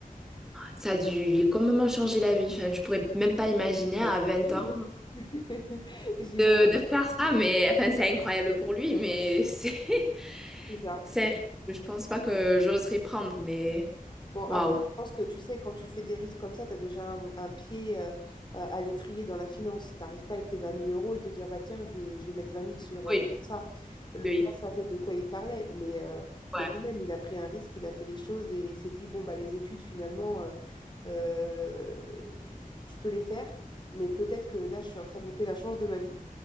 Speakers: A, in the centre; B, on the left.
A: ça a dû complètement changer la vie. Enfin, je pourrais même pas imaginer
B: Ouais,
A: à 20
B: j'imagine,
A: ans
B: <laughs> J'imagine
A: de, de faire ça, mais enfin, c'est incroyable pour lui, mais c'est <laughs>
B: ça.
A: c'est un risque que je pense pas que j'oserais prendre, mais
B: Bon, après,
A: waouh.
B: je pense que tu sais, quand tu fais des risques comme ça, tu as déjà un, un pied euh, euh, à l'étrier dans la finance. Tu n'arrives pas avec tes vingt mille euros et te dire, bah tiens, je vais, je vais mettre vingt mille sur, euh,
A: Oui,
B: sur ça. Le
A: oui.
B: gars savait de quoi il parlait, mais, euh, mais
A: Ouais.
B: quand même, il a pris un risque, il a fait les choses et il s'est dit, bon, bah les études, finalement, euh, euh, je peux les faire, mais peut-être que là, je suis en train de louper la chance de ma vie.